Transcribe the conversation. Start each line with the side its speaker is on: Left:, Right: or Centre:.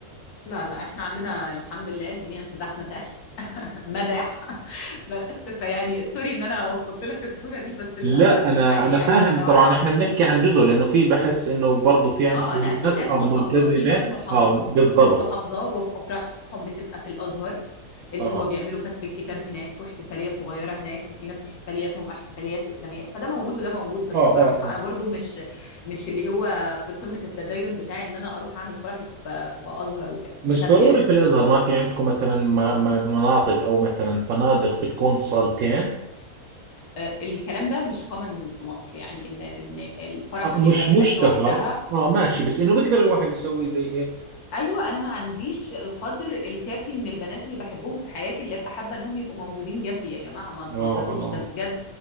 Left: لا لا احنا عندنا الحمد لله الدنيا سداح متاح مداح <laughs> بس فيعني سوري ان انا وصلت لك الصورة دي بس للأسف
Right: لا
Left: دي
Right: انا
Left: حقيقة
Right: انا فاهم
Left: يعني نوعا
Right: طبعا
Left: ما
Right: احنا بنحكي عن جزء لانه في بحس انه برضه في عندكم
Left: اه لا في
Right: ناس
Left: ناس
Right: اه
Left: محافظة
Right: ملتزمه
Left: في ناس محافظة
Right: اه بالضبط
Left: في ناس محافظة وفي أفراحهم بتبقى في الأزهر اللي
Right: اه اه
Left: هو بيعملوا كتب الكتاب هناك واحتفالية صغيرة هناك وفي ناس احتفالياتهم احتفاليات إسلامية فده موجود وده موجود بس
Right: اه
Left: الصراحة
Right: اه
Left: أنا برضو مش مش اللي هو في قمة التدين بتاعي إن أنا أروح أعمل فرحي في في أزهر وكده
Right: مش
Left: مش أنا
Right: ضروري
Left: يعني
Right: في الازهر ما في عندكم مثلا م- م- مناطق او مثلا فنادق بتكون صالتين
Left: آه، الكلام ده مش كومن في مصر يعني ان ان الفرح
Right: آه
Left: يبقى
Right: مش
Left: البنات
Right: مشتهر
Left: لوحدها
Right: اه ماشي بس انه بيقدر الواحد يسوي زي هيك
Left: ايوه انا ما عنديش القدر الكافي من البنات اللي بحبهم في حياتي اللي ابقى حابه انهم يبقوا موجودين جنبي يا جماعه ما
Right: اه
Left: تهزروش
Right: اه
Left: ده بجد